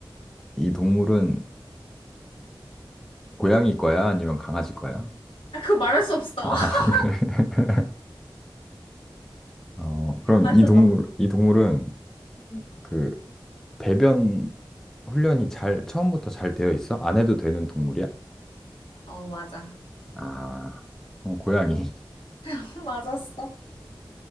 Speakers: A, in the centre; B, on the left.
A: 이 동물은 고양이 거야? 아니면 강아지 거야?
B: 아, 그거 말할 수 없어.
A: 아,
B: <laughs>
A: <laughs> 그래. 어, 그럼
B: 맞춰봐.
A: 이 동물, 이 동물은
B: 응.
A: 그 배변 훈련이 잘, 처음부터 잘 되어 있어? 안 해도 되는 동물이야?
B: 어, 맞아.
A: 아, 그럼 고양이.
B: <laughs> 맞았어.